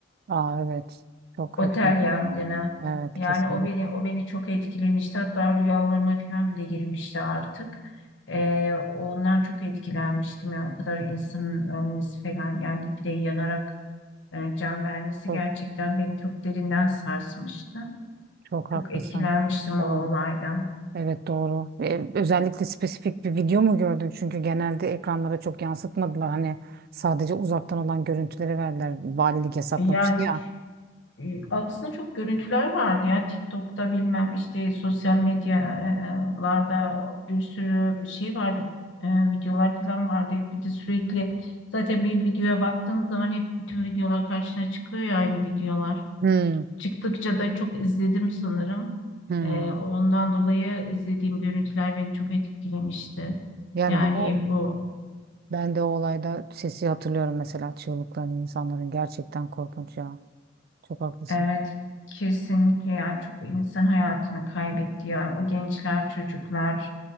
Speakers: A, on the right; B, on the left.
A: Aa evet. Çok
B: otel
A: hepimiz.
B: yangını.
A: Evet
B: Yani
A: kesinlikle.
B: o beni o beni çok etkilemişti. Hatta rüyalarıma falan bile girmişti artık. Ee, ondan çok etkilenmiştim. Yani o kadar insanın ölmesi falan yani bir de yanarak e, can vermesi
A: Çok
B: gerçekten beni çok derinden sarsmıştı.
A: çok
B: Çok
A: haklısın.
B: etkilenmiştim
A: O
B: o olaydan.
A: evet doğru. Ve özellikle spesifik bir video mu gördün? Çünkü genelde ekranlara çok yansıtmadılar. Hani sadece uzaktan olan görüntüleri verdiler. Valilik yasaklamıştı
B: Yani
A: ya.
B: E, Aslında çok görüntüler vardı ya TikTok'ta bilmem işte sosyal medyalarda bir sürü şey vardı e, videolar falan vardı bir de sürekli zaten bir videoya baktığın zaman hep bütün videolar karşına çıkıyor ya aynı videolar
A: Hmm,
B: çıktıkça da çok izledim sanırım
A: hmm.
B: E, ondan dolayı izlediğim görüntüler beni çok etkilemişti
A: Yani
B: yani
A: ben o
B: o
A: Ben de o olayda sesi hatırlıyorum mesela çığlıkları insanların gerçekten korkunç ya. Çok haklısın.
B: evet kesinlikle yani çok insan hayatını kaybetti yani o gençler çocuklar